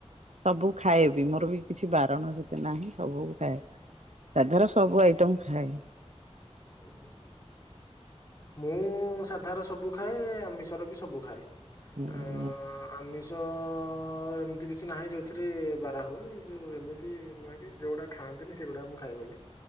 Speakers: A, on the right; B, on the left.
A: ସବୁ ଖାଏବି ମୋର ବି କିଛି ବାରଣ ସେତେ ନାହିଁ ସବୁ ଖାଏ। ସାଧାର ସବୁ ଆଇଟମ୍ ଖାଏ।
B: ଉହୁଁ। ମୁଁ ସାଧାର ସବୁ ଖାଏ ଆମିଷର ବି ସବୁ ଖାଏ
A: ଖାଏ।
B: ଏଁ ଆମିଷ ଷ ଏମିତି କିଛି ନାହିଁ ଯୋଉଁଥିରେ ବାରା ହୁଏ ଯେଉଁ ଏମିତି ନୁହେଁ କି ଯୋଉଁଟା ଖାଆନ୍ତିନି ସେଗୁଡ଼ା ମୁଁ ଖାଏ ବୋଲି